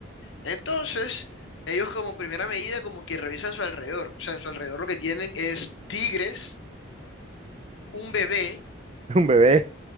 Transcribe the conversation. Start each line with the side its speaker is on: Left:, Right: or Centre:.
Left: Entonces, ellos como primera medida como que revisan su alrededor. O sea, en su alrededor lo que tienen es tigres, un bebé,
Right: <laughs> un bebé.